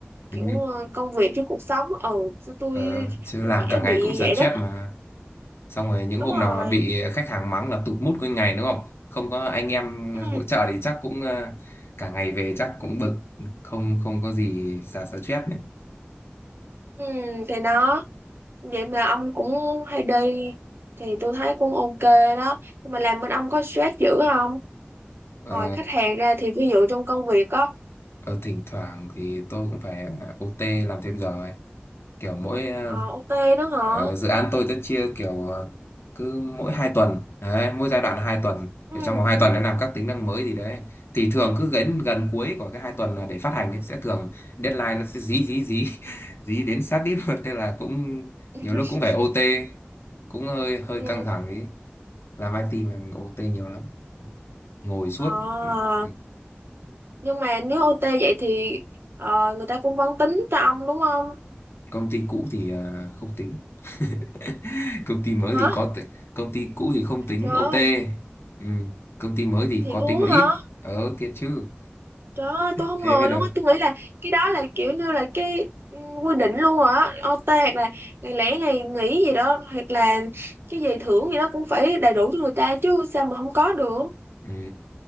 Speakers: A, on the left; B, on the right.
A: Ừ.
B: kiểu ờ, công việc với cuộc sống ừ chứ tôi
A: Ờ, chứ
B: tôi
A: làm
B: dễ
A: cả ngày
B: bị
A: cũng stress
B: vậy đó
A: mà xong rồi những
B: đúng
A: hôm
B: rồi
A: nào bị khách hàng mắng là tụt mood nguyên ngày đúng không không có anh em
B: ừ,
A: hỗ trợ thì chắc cũng ờ, cả ngày về chắc cũng bực không không có gì xả stress nữa
B: ừ thì đó vậy mà ông cũng hay đi thì tôi thấy cũng ok đó nhưng mà làm bên ông có stress dữ không
A: ờ,
B: ngoài khách hàng ra thì ví dụ trong công việc á
A: ờ, thỉnh thoảng thì tôi cũng phải OT làm thêm giờ ấy. kiểu mỗi ờ,
B: Ờ, OT nữa hả?
A: Ờ, dự án tôi sẽ chia kiểu ờ, cứ mỗi 2 tuần đấy, mỗi giai đoạn là 2 tuần
B: Ừ.
A: để trong vòng 2 tuần để làm các tính năng mới gì đấy thì thường cứ gần gần cuối của cái 2 tuần là để phát hành ấy, sẽ thường deadline nó sẽ dí dí dí <laughs> dí đến sát đít luôn nên là cũng
B: <laughs>
A: nhiều lúc cũng phải OT cũng hơi hơi
B: Ừ.
A: căng thẳng ấy làm IT mà OT nhiều lắm ngồi suốt
B: Ờ,
A: ừ,
B: nhưng mà nếu OT vậy thì ờ, người ta cũng vẫn tính cho ông đúng không?
A: công ty cũ thì à, không tính <laughs> công ty mới
B: Hả?
A: thì có t... công ty cũ thì không tính
B: Trời
A: OT
B: ơi,
A: ừ. công ty mới thì
B: thiệt
A: có
B: luôn
A: tính một ít
B: á hả?
A: ờ thiệt chứ
B: Trời ơi, tôi không
A: thế
B: ngờ
A: mới được
B: luôn á. Tôi nghĩ là cái đó là kiểu như là cái ừ, quy định luôn rồi á. OT hoặc là ngày lẻ ngày nghỉ gì đó hoặc là cái gì thưởng gì đó cũng phải đầy đủ cho người ta chứ sao mà không có được.
A: ừ.